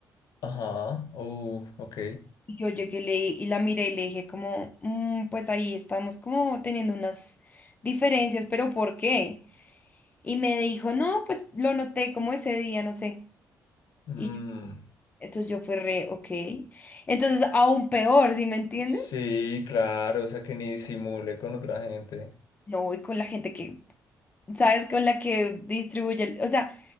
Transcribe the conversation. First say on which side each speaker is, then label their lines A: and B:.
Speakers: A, on the left (about 70°); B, on the left (about 25°).
A: Ajá. Uh, ok.
B: Y yo llegué y le- y la miré y le dije como, "Mm, pues ahí estamos como teniendo unas diferencias, pero ¿por qué? Y me dijo, no, pues lo noté como ese día, no sé.
A: Mm,
B: Y yo- entonces yo fui re, ok. Entonces aún peor, ¿sí me entiendes?
A: sí, claro, o sea que ni disimule con otra gente.
B: No voy con la gente que, ¿sabes? Con la que distribuye, el- o sea,